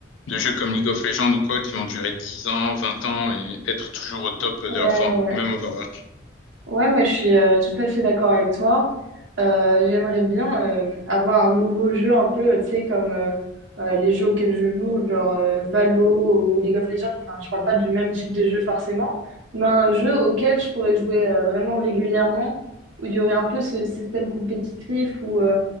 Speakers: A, on the left; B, on the right.
A: de jeux comme League of Legends ou quoi qui vont durer 10 ans, 20 ans et être toujours au top de
B: Ouais,
A: leur forme,
B: ouais.
A: ou même Overwatch.
B: Ouais, moi, je suis euh, tout à fait d'accord avec toi. Euh, j'aimerais bien euh, avoir un nouveau jeu un peu, euh, tu sais, comme euh, euh, les jeux auxquels je joue, genre euh, Valo ou League of Legends. Enfin, je parle pas du même type de jeu forcément, mais un jeu auquel je pourrais jouer euh, vraiment régulièrement, où il y aurait un peu ce système compétitif ou euh,